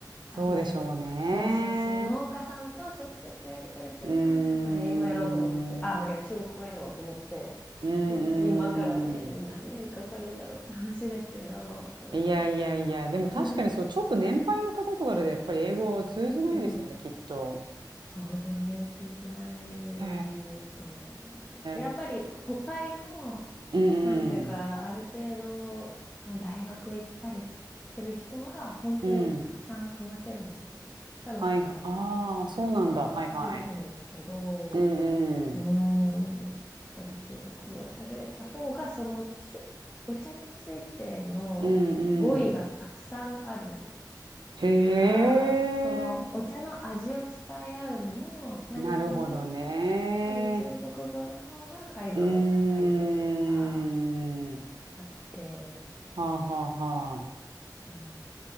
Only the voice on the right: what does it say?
そうでしょうね。
うーん。
う
ーん。
いやいやいや、でも確かにそう、
ちょっと年配の方とかでやっぱり英語を通じないですよね、
きっと。
へ
え。うん
うん。うん。
はい。ああ、そうなんだ。はいはい。
うんうん。
うんうん。へえ。
なるほどね。
うーん。
はあはあ
は